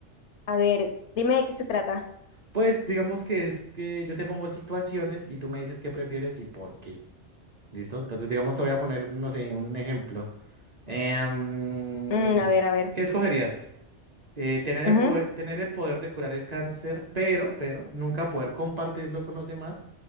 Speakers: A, on the left (about 75°); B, on the right (about 40°).
A: A ver, dime de qué se trata.
B: Pues digamos que es que yo te pongo situaciones y tú me dices qué prefieres y por qué. ¿Listo? Entonces digamos te voy a poner, no sé, un ejemplo. Em,
A: Mm, a ver, a ver.
B: ¿qué escogerías? Eh, tener
A: Ujú.
B: el poder, tener el poder de curar el cáncer, pero, pero, nunca poder compartirlo con los demás.